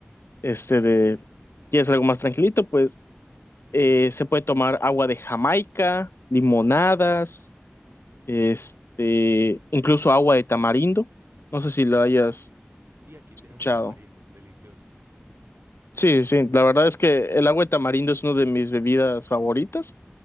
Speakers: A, on the left (about 80°); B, on the right (about 75°).
A: este de, quieres algo más tranquilito, pues eh, se puede tomar agua de Jamaica, limonadas, este, incluso agua de tamarindo. No sé si lo hayas
B: Sí, aquí
A: escuchado.
B: tenemos tamarindos, delicioso.
A: Sí, sí, sí. la verdad es que el agua de tamarindo es una de mis bebidas favoritas.